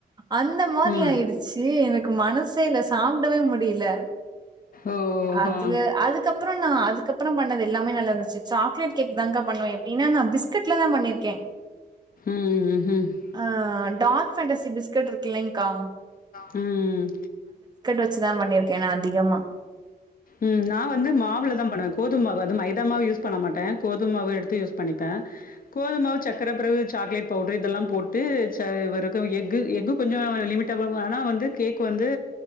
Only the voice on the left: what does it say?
ம்.
ஓ!
ஆ.
ம், ம்.
ம்
ம் நா வந்து மாவுலதா பண்ணுவே கோதும் மா வ் அது மைதாமாவு யூஸ் பண்ண மாட்டே கோதுமாவு எடுத்து யூஸ் பண்ணிப்பே கோதுமாவு சக்கர பறவு சாக்லேட் பவு பவுட்ரு இதெல்லா போட்டு ச வெற க எஃகு எஃகு கொஞ்சு வ லிமிட்டாவுவு ஆனா வந்து கேக் வந்து